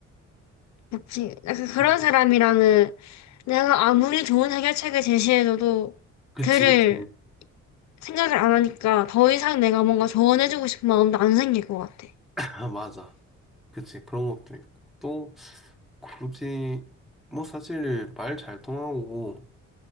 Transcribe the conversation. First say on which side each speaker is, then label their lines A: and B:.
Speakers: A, on the left (about 65°); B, in the centre.
A: 그렇지. 약간 그런
B: 음,
A: 사람이랑은 내가 아무리 좋은 해결책을 제시해줘도
B: 그치,
A: 그를
B: 그치.
A: 생각을 안 하니까 더 이상 내가 뭔가 조언해주고 싶은 마음도 안 생길 것 같아.
B: <laughs> 아, 맞아. 그치. 그런 것도 있고. 또, 굳이, 뭐, 사실, 말 잘 통하고,